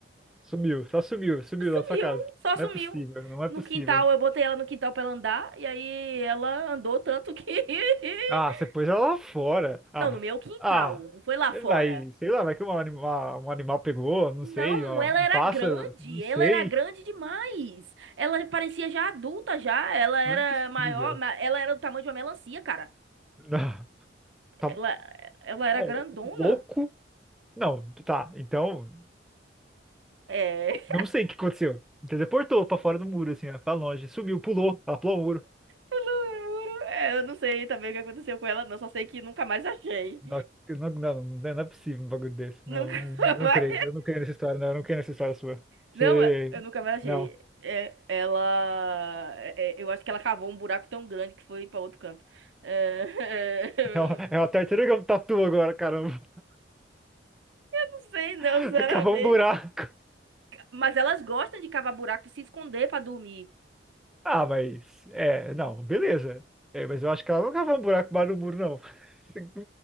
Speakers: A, in the centre; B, on the right.
A: Sumiu, só sumiu, sumiu
B: Sumiu,
A: da sua casa.
B: só
A: Não
B: sumiu.
A: é possível, não é
B: No
A: possível.
B: quintal, eu botei ela no quintal pra ela andar, e aí ela andou tanto que. <laughs>
A: Ah, você pôs ela lá fora. Ah,
B: Não, no meu quintal,
A: ah.
B: não foi lá
A: É,
B: fora.
A: Mas, sei lá, vai que um animal, um animal pegou, não
B: Não,
A: sei, ó,
B: ela
A: um
B: era
A: pássaro,
B: grande,
A: não sei.
B: ela era grande demais. Ela parecia já adulta já, ela era
A: Não é possível.
B: maior, ma- ela era do tamanho de uma melancia, cara.
A: <laughs> Não, tá
B: Ela, ela
A: bom,
B: era grandona?
A: louco? Não, tá, então.
B: É. <laughs>
A: Não sei o que aconteceu. Teleportou pra fora do muro, assim, ó, pra longe. Sumiu, pulou, ela pulou o muro.
B: Eu não juro. É, eu não sei também o que aconteceu com ela, não. Só sei que nunca mais achei.
A: Não, não, não, não é não é possível um bagulho desse.
B: Nunca
A: Não, não, não
B: <laughs> mais.
A: creio. Eu não creio nessa história, não. Eu não creio nessa história sua.
B: Não,
A: Você.
B: eu nunca mais achei.
A: Não. <laughs>
B: É, ela. é, é, eu acho que ela cavou um buraco tão grande que foi pra outro canto. É, <laughs>
A: É uma, é uma tartaruga tatu agora, caramba.
B: não sei, não,
A: <laughs>
B: sinceramente.
A: Cavou um buraco.
B: Mas elas gostam de cavar buraco e se esconder pra dormir.
A: Ah, mas. É, não, beleza. É, mas eu acho que ela não cavou um buraco embaixo do muro, não. <laughs>